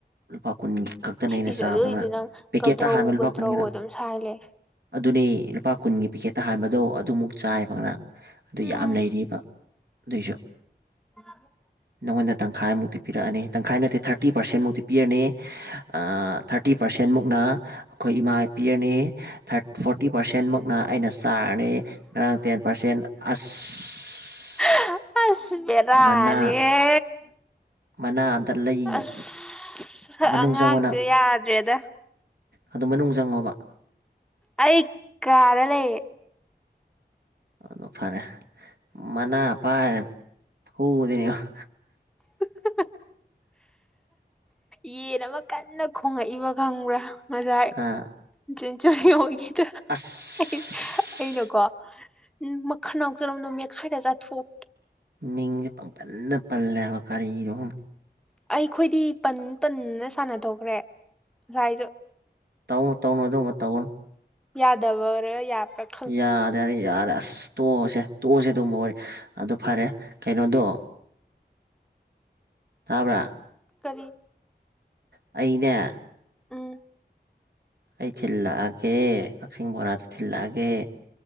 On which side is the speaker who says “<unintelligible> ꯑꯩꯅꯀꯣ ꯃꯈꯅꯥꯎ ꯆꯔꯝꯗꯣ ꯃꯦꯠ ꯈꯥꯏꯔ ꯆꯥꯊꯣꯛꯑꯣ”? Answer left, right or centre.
Centre